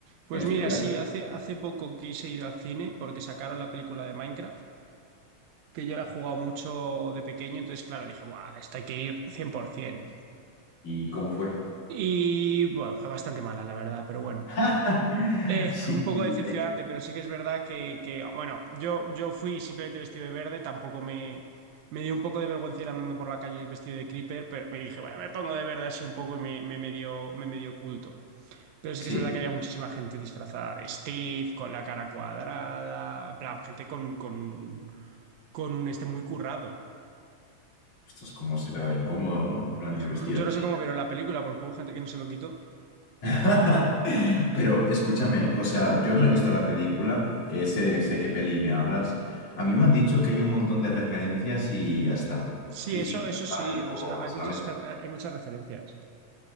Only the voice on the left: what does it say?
en especial?
¿Y cómo fue?
<laughs>
Sí,
eh,
sí.
Esto es como será incómodo, ¿no? En plan
ir vestida.
así,
¿eh?
<laughs> Pero escúchame, o sea, yo no he visto la película, eh, sé, sé qué peli me hablas. A mí me han dicho que hay un montón de referencias y ya está.
Jiji,
jaja,
y poco
más,
¿sabes?